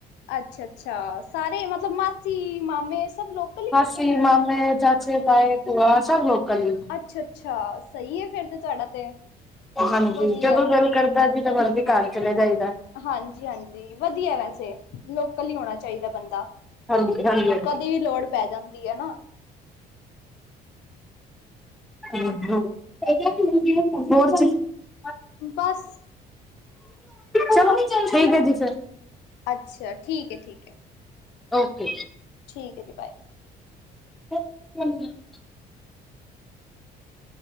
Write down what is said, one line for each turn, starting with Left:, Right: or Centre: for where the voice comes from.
Left: ਅੱਛਾ-ਅੱਛਾ, ਸਾਰੇ ਮਤਲਬ ਮਾਸੀ, ਮਾਮੇ ਸਭ ਲੋਕ
Centre: ਮਾਸੀ, ਮਾਮੇ, ਚਾਚੇ, ਤਾਏ, ਭੂਆ ਸਭ ਲੋਕਲ ਈ ਨ।
Left: ਅੱਛਾ-ਅੱਛਾ, ਸਹੀ ਏ ਫਿਰ ਤੇ, ਤੁਹਾਡਾ ਤੇ।
Centre: ਹਾਂਜੀ,
Left: ਵਧੀਆ।
Centre: ਜਦੋਂ ਦੇਲ ਕਰਦਾ ਜਿਦੇ ਮਰਜ਼ੀ ਕਾਰ ਚਲੇ ਜਾਈਦਾ।
Left: ਹਾਂਜੀ-ਹਾਂਜੀ, ਵਧੀਆ ਵੈਸੇ ਲੋਕਲ ਹੀ ਹੋਣਾ ਚਾਈਦਾ ਬੰਦਾ।
Centre: ਹਾਂਜੀ-ਹਾਂਜੀ।
Left: ਕਦੇ ਵੀ ਲੋੜ ਪੈ ਜਾਂਦੀ ਏਨਾ।
Centre: <unintelligible>
Left: ਬਸ।
Centre: ਚਲੋ, ਠੀਕਐ ਜੀ ਫੇਰ।
Left: ਅੱਛਾ ਠੀਕ ਹੈ ਠੀਕ ਹੈ
Centre: ਓਕੇ।
Left: ਠੀਕ ਐਜੀ ਬਾਏ।
Centre: <unintelligible>